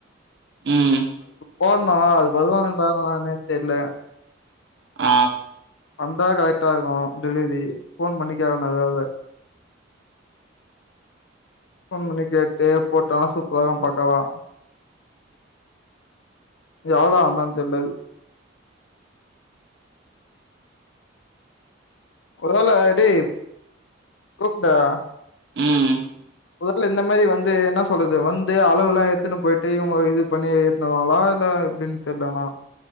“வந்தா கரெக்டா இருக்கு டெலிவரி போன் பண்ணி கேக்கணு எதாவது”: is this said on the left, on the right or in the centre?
Left